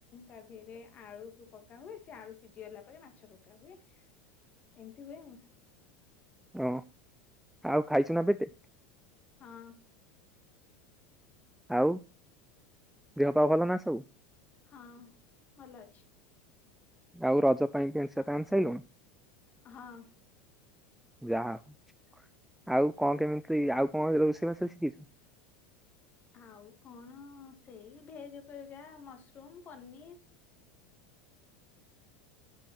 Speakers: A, on the left; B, in the centre.
A: ତା ଦିହରେ ଆଳୁକୁ ପକାହୁଏ ସେ ଆଳୁ ସିଝି ଗଲା ପରେ ମାଛ ପ କା ହୁଏ ଏମିତି ହୁଏ ଆଉ।
B: ଓ। ଆଉ ଖାଇଛୁ ନା ପେଟେ?
A: ହଁ।
B: ଆଉ ଦେହ ପା ଭଲ ନା ସବୁ?
A: ହଁ ଭଲ ଅଛି।
B: ଆଉ ରଜ ପାଇଁ ପେଣ୍ଟ ସାର୍ଟ ଆଣି ସାଇଲୁଣୁ?
A: ହଁ।
B: ଯାହା ହଉ ଆଉ କଣ କେମିତି ଆଉ କଣ ରୋଷେଇବାସ ଶିଖିଛୁ?
A: ଆଉ କଣ ସେଇ ଭେଜ ଉପରେ ଯାହା ମସରୁମ ପନିର